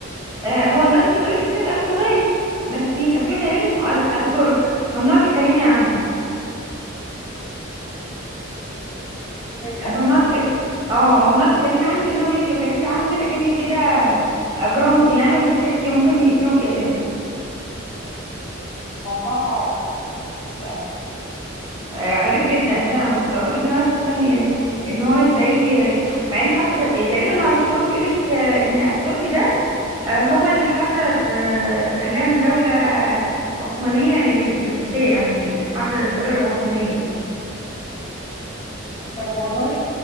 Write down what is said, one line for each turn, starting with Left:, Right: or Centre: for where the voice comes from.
Right: آه، هو دلوقتي الرئيس هناك اردوغان بس في كان في واحد هناك اسمه أر- اتاتورك ممنوع تتكلمي عنه
Left: بجد
Right: ممنوع تك... اه ممنوع تتكلمي عنه لانه بيقولك لو اتكلمتي عنه كده اكنك كده اجرمتي يعني وبتتحبسي وممكن يقتلوكي اساسا
Left: الموضوع غريب قوي
Right: آه، غريب جدا اساسا انا مستغربه جدا انا اساسا يعني ان هو ازاي مع ان خلاص أت- تقريبا هو عشان هو بيقولك آه، ان اتاتورك ده آه، هو اللي حرر آه، خلاها من دولة عثمانية ل- لتركيا يعني حرر الدولة العثمانية
Left: طب والله